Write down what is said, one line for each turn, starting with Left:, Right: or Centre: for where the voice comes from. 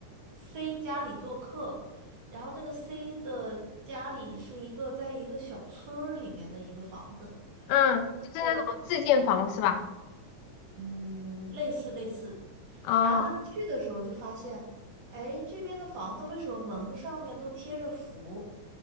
Right: C 家里做客，然后那个 C 的家里是一个在一个小村儿里面的一个房子，
Left: 嗯，就是那种自建房是吧？
Right: 哦，嗯，类似类似。
Left: 哦。
Right: 然后他们去的时候就发现，哎，这边的房子为什么门上面都贴着符？